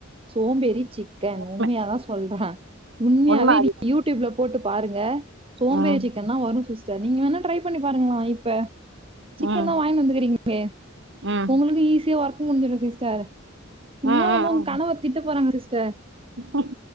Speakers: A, on the right; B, on the right.
A: சோம்பேறி சிக்கன்
B: உண்ம
A: உண்மையாதான் சொல்றேன் உண்மையாவே
B: உண்ம அது
A: நீ யூட் யூப்ல போட்டு பாருங்க சோம்பேறி
B: ம்
A: சிக்கன் தா வரும் சிஸ்டர் நீங்க வேணா ட்ரை பண்ணி பாருங்களேன் இப்ப சிக்கன்
B: ம்
A: தான் வாங்கினு வந்துக்கறீங்களே
B: ம்
A: உங்களுளுக்கு ஈஸியா ஒர்க்க முடிஞ்சடு சிஸ்டர்
B: ம்
A: இன்ன ஒண்ணு உங்க
B: ம்
A: கணவர் திட்ட போறாங்க சிஸ்டர்
B: ம்